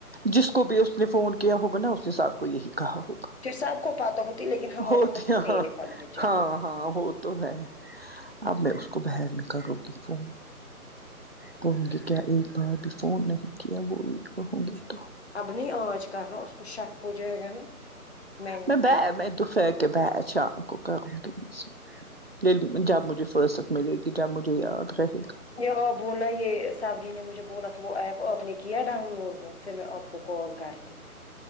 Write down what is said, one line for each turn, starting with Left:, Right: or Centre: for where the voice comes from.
Right: جس کو بھی اس نے فون کیا ہوگا نا اس نے صاحب کو یہی کہا ہوگا
Left: پھر سےاب کو پاتا ہوتی لیکن ہمارے
Right: ہوتی
Left: منہ سے نہیں نکالنا چاہیے
Right: ہاں ہاں وہ تو ہے اب میں اس کو بر میں کروں گی فون پولھوں گی کیا ایک بار بھی فون نہیں کیا وہی پڑھوں گی تو
Left: اب نہیں آج کرنا اس کو شک ہو جائے گا نا نے
Right: میں ب
Left: کیا
Right: میں دوپہر کے ب شام کو کروں گی جب مجھے فرصت ملے گی جب مجھے یاد رہے گا
Left: یہ آ بولا یہ سبنی نے مجھے بولا تھا وہ ایپ آپ نے کیا ڈاؤن لوڈ وہ پھر میں آپ کو کال کرتی